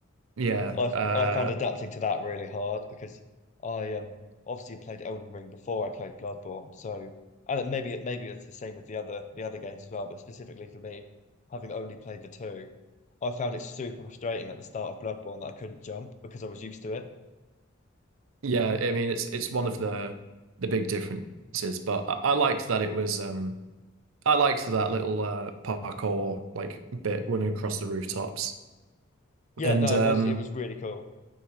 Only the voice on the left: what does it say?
I
I found adapting to that really hard because I um obviously played Elden Ring before I played Bloodborne, so and it- maybe it maybe it's the same with the other the other games as well, but specifically for me, having only played the two, I found it super frustrating at the start of Bloodborne that I couldn't jump because I was used to it.
Yeah,
no,
it was it was really cool.